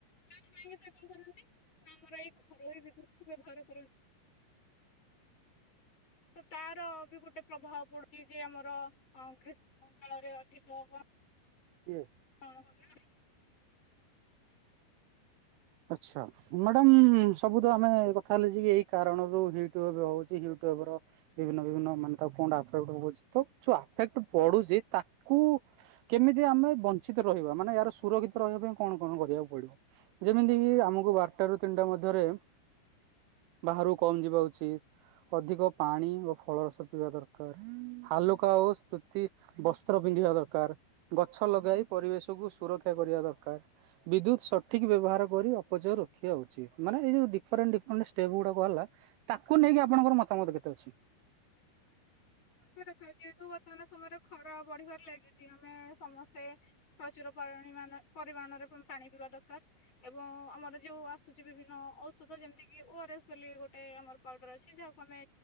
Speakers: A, on the left; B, on the right.
A: ଯୋଉ ଛୁାଇଁକି ସେ କଣ କରନ୍ତି ନା ଆମର ଏଇ ଘରୋଇ ବିଦ୍ୟୁତ୍ ବ୍ୟବହାର କରନ୍ତି। ତ ତାର ବି ଗୋଟେ ପ୍ରଭାବ ପଡୁଚି ଯେ ଆମର ଗ୍ରୀଷ୍ <inaudible> ରେ ଅଧିକ ହବ।
B: କିଏ?
A: <unintelligible>
B: ଆଚ୍ଛା। ମ୍ୟାଡ଼ାମ୍ ସବୁ ତ ଆମେ କଥା <unintelligible> ଏଇ କାରଣରୁ ହୁଟୁବ ହଉଚି ୟଟୁବର ବିଭିନ୍ନ ବିଭିନ୍ନ ମାନେ ତାକୁ କଁଟା ଆଫେକ୍ଟ ପକଉଚି ତ ଯୋଉ ଆଫେକ୍ଟ ବଢ଼ୁଚି ତାକୁ କେମିତି ଆମେ ବଞ୍ଚିତ ରହିବା ମାନେ ଏହାର ସୁରକ୍ଷିତ ରହିବା ପାଇଁ କଣ କଣ କରିବାକୁ ପଡିବ। ଯେମିତିକି ଆମକୁ ବାରଟା ରୁ ତିନିଟା ମଧ୍ୟରେ ବାହାରୁ କମ୍ ଯିବା ଉଚିତ୍। ଅଧିକ ପାଣି ଓ ଫଳରସ ପିଇବା ଦରକାର୍। ହାଲୁକା ଆଉ ସ୍ତୁତି ବସ୍ତ୍ର ପିନ୍ଧିବା ଦରକାର୍। ଗଛ ଲଗାଇ ପରିବେଶକୁ ସୁରକ୍ଷା କରିବା ଦରକାର୍। ବିଦ୍ୟୁତ୍ ସଟ୍ ଠିକ୍ ବ୍ୟବହାର କରି ଅପଚୟ ରଖିବା ହଉଚି ମାନେ ଏଇ ଯେଉଁ ଡିଫରେଣ୍ଟ ଡିଫରେଣ୍ଟ ଷ୍ଟେପ୍ ଗୁଡ଼ାକ ହେଲା। ତାକୁ ନେଇକି ଆପଣଙ୍କର ମତାମତ କେତେ ଅଛି।
A: <unintelligible> ଯେହେତୁ ବର୍ତ୍ତମାନ ସମୟରେ ଖରା ବଢିବାରେ ଲାଗିଚି। ଆମେ ସମସ୍ତେ ପ୍ରଚୁର ପରିମାଣ ପରିମାଣରେ <unintelligible> ପାଣି ପିଇବା ଦରକାର୍ ଏବଂ ଆମର ଯୋଉ ଆସୁ ଚି‌ ବିଭିନ୍ନ ଔଷଧ ଯେମିତିକି ଓ ଆର ଏସ୍ ବୋଲି ଗୋଟେ ଆମର ପାଉଡର ଅଛି। ଯାହାକୁ ଆମେ